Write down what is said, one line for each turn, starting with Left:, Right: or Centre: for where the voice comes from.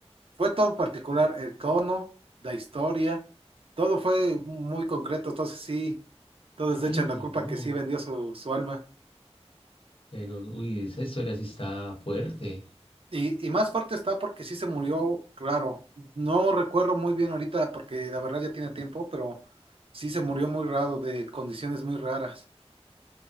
Right: Fue todo particular, el tono, la historia, todo fue muy concreto, entonces sí, todos
Left: Ay,
Right: le echan la culpa
Left: no.
Right: que sí vendió su, su alma.
Left: Pero, uy, esa historia sí está fuerte.
Right: Y, y más fuerte está porque sí se murió raro. No recuerdo muy bien ahorita porque la verdad ya tiene tiempo, pero sí se murió muy raro, de condiciones muy raras.